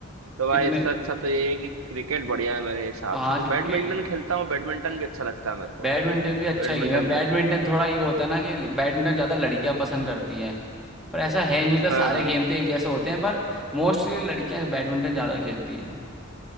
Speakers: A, on the right; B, in the centre.
A: तो भाई
B: कितने
A: इससे अच्छा तो ये है कि क्रिकेट बढ़िया है मेरे हिसाब
B: हाँ
A: से तो
B: क्रिकेट
A: बैडमिंटन खेलता हूँ बैडमिंटन भी अच्छा लगता है मेरे को
B: बैडमिंटन भी अच्छा
A: बैडमिंटन
B: गेम है बैडमिंटन
A: पे
B: थोड़ा ये होता है ना कि बैडमिंटन ज्यादा लड़कियां पसंद करती हैं पर ऐसा है नहीं तो सारे
A: हाँ हाँ
B: गेम तो एक जैसे होते हैं पर मोस्टली लड़कियां बैडमिंटन ज्यादा खेलती हैं